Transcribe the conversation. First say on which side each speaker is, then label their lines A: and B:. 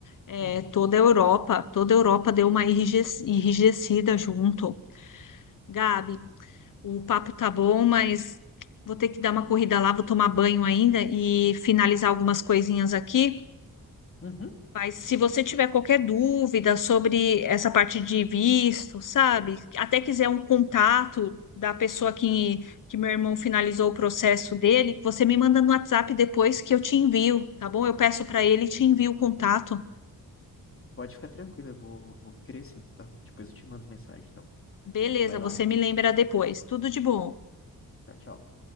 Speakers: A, on the left; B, on the left.
A: É,
B: Uhum.
A: toda a Europa, toda a Europa deu uma enrijec- enrijecida junto. Gabi, o papo tá bom, mas vou ter que dar uma corrida lá, vou tomar banho ainda e finalizar algumas coisinhas aqui.
B: Uhum.
A: Mas se você tiver qualquer dúvida sobre essa parte de visto, sabe? Até quiser um contato da pessoa que, que meu irmão finalizou o processo dele, você me manda no WhatsApp depois que eu te envio, tá bom? Eu peço para ele e te envio o contato.
B: Pode ficar tranquilo, eu vou, vou querer sim, tá? Depois eu te mando mensagem, então.
A: Beleza,
B: Vai lá.
A: você me lembra depois. Tudo de bom.
B: Tchau, tchau.